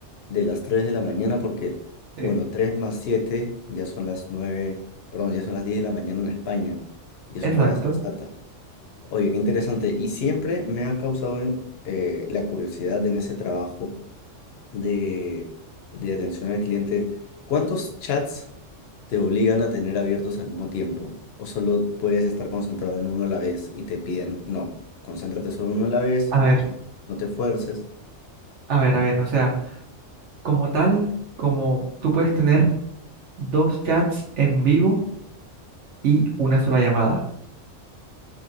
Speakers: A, on the left; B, on the right.
A: de las 3 de la mañana porque, bueno,
B: Eh,
A: 3 más 7 ya son las 9, perdón, ya son las 10 de la mañana en España y es
B: Exacto.
A: una hora sensata. Oye, qué interesante. Y siempre me ha causado eh, la curiosidad en ese trabajo de, de atención al cliente. ¿Cuántos chats ¿Te obligan a tener abiertos al mismo tiempo? ¿O solo puedes estar concentrado en uno a la vez y te piden, no, concéntrate solo en uno a la vez,
B: A ver,
A: no, no te fuerces
B: a ver, a ver, o sea, como tal, como tú puedes tener dos chats en vivo y una sola llamada.